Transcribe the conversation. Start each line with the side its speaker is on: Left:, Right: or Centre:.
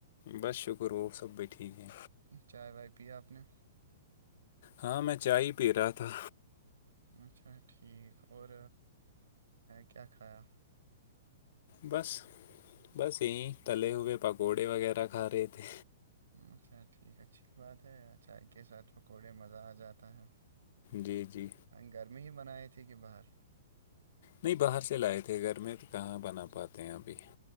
Left: بس شکر وہ سب بائی ٹھیک ہے
Right: چائے وائے پیا آپ نے
Left: ہاں میں چائے ہی پی رہا تھا
Right: اچھا ٹھیک اور کیا کایا
Left: بس بس یہی تلے ہوئے پکوڑے وغیرہ کھا رہے تھے
Right: اچھا ٹھیک اچھی بات ہے یار چائے کے ساتھ پکوڑے مزہ آ جاتا ہے
Left: جی جی
Right: گرمی ہی بنائی تھی کہ باہر
Left: نہیں باہر سے لائے تھے گھر میں تو کہاں بنا پاتے ہیں ابھی